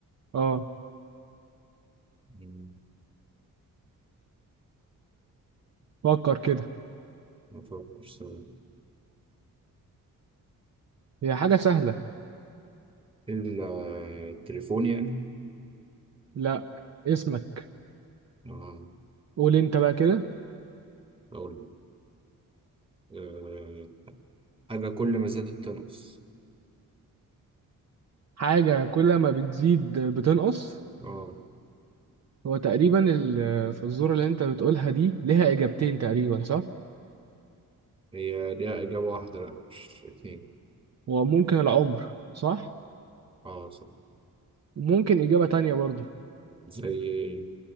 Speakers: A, on the right (about 50°); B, on the right (about 15°).
A: اه
B: مم،
A: فكر كده
B: ما أفكرش ثواني.
A: هي حاجة سهلة
B: إلا التليفون يعني
A: لا اسمك
B: آه
A: قول انت بقى كده
B: أقول لك آه حاجة كل ما زادت تنقص
A: حاجة كل ما بتزيد بتنقص
B: آه
A: هو تقريبا ال- الفزورة اللي انت بتقولها دي ليها اجابتين تقريبا صح
B: هي ليها إجابة واحدة لأ مش اتنين
A: وممكن العمر صح
B: آه صح
A: وممكن اجابة تانية برضو
B: زي إيه؟